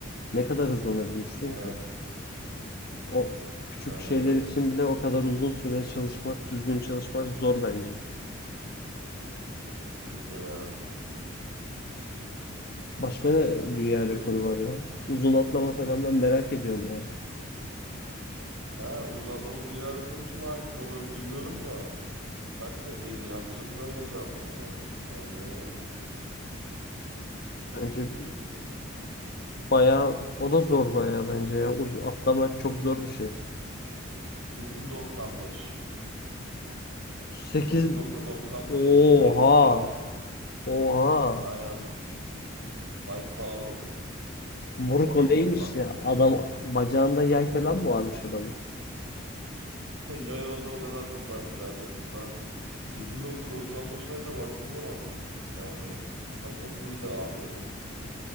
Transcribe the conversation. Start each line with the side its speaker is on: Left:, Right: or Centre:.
Left: Ne kadar
Right: Hı.
Left: hızlanabilirsin
Right: Yani,
Left: ki? O küçük
Right: yani
Left: şeyler
Right: evet,
Left: için bile o kadar uzun süre çalışmak, düzgün çalışmak zor bence.
Right: kesinlikle ya.
Left: Başka ne dünya
Right: Öyleyiz.
Left: rekoru var ya? Uzun atlama falan ben merak ediyorum ya.
Right: Ha uzun atlama dünya rekoru kime aitti onu bilmiyorum da. Kaç metreydi yanlış hatırlamıyorsam. Ee, bir saniye. O
Left: Bence
Right: değildi.
Left: bayağı o da zor bayağı bence ya. Uz atlamak çok zor bir şey.
Right: 8.95. 8.95
Left: 8 Oha.
Right: metre.
Left: Oha.
Right: Aynen Mike Powell.
Left: Murko
Right: Ha, bu adam
Left: neymiş
Right: çok farklı
Left: ya?
Right: ya.
Left: Adam bacağında yay falan mı varmış adamın?
Right: <laughs> Yay olsa o kadar zıplardı zaten. Lan 8.95 metre baktığın zaman yani ha 9 da abi.